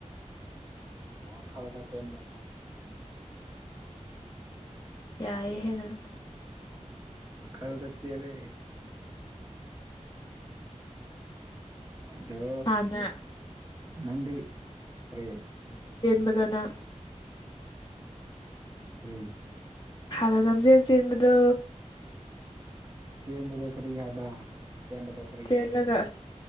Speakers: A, on the right; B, on the left.
A: ꯋꯥꯈꯜꯗ ꯆꯦꯟꯕ
B: ꯌꯥꯏꯍꯦ ꯅꯪꯁꯨ
A: ꯎꯝ ꯑ ꯈꯔꯦ ꯇꯆꯦꯅꯦ ꯑꯗꯣ
B: ꯍꯥꯟꯅ
A: ꯅꯪꯗꯤ ꯀꯔꯤ
B: ꯕꯗꯅ
A: ꯇꯦ
B: ꯍꯅꯣ ꯂꯝꯖꯦꯟ ꯆꯦꯟꯕꯗꯨ
A: ꯆꯦꯟꯕꯗꯣ ꯀꯔꯤ ꯍꯥꯏꯕ ꯆꯦꯟꯕꯗꯣ ꯀꯔꯤ
B: ꯆꯦꯜꯂꯒ
A: ꯂꯩꯔꯦ